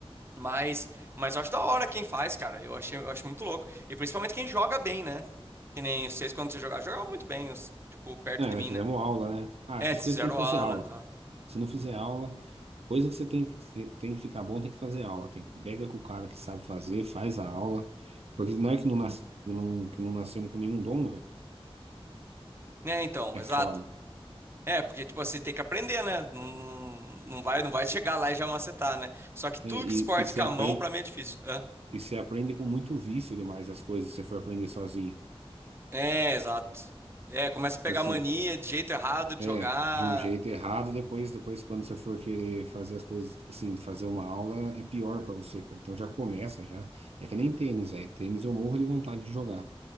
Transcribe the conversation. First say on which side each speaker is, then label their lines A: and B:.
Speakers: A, on the right; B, on the right.
A: Mas mas eu acho da hora quem faz, cara. Eu achei, eu acho muito louco. E principalmente quem joga bem, né? Que nem vocês quando vocês jogavam, jogavam muito bem, os- tipo, perto
B: É,
A: de
B: mas
A: mim,
B: fizemos
A: né?
B: aula, né? Ah,
A: É,
B: essas
A: vocês
B: coisas
A: fizeram
B: tem que fazer
A: aula,
B: aula,
A: tá?
B: cara. Se não fizer aula, coisa que você tem que, tem que ficar bom, tem que fazer aula. Tem, que- pega com o cara que sabe fazer, faz a aula. Porque não é que não, nasce, que não, que não nascemos com nenhum dom, velho.
A: É, então,
B: É
A: exato.
B: foda.
A: É, porque tipo você tem que aprender, né? Não, não, não vai, não vai <laughs> chegar lá e já macetar, né? Só que tudo
B: É, e,
A: que esporte
B: e você
A: com a
B: aprende.
A: mão pra mim é difícil.
B: E você aprende com muito vício demais as coisas, se você for aprender sozinho.
A: É, exato. É, começa a pegar
B: Tipo Assim,
A: mania de jeito errado de
B: é,
A: jogar.
B: de um jeito errado, depois, depois quando você for querer fazer as coisas, tipo assim, fazer uma aula, é pior pra você, cara. Então já começa, já. É que nem tênis, velho. Tênis eu morro de vontade de jogar,